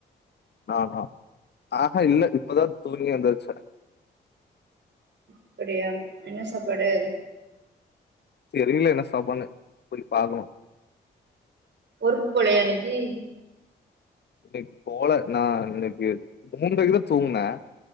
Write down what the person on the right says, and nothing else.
அப்பிடியா என்ன சாப்பாடு
ஒர்க் போலயா இன்னிக்கி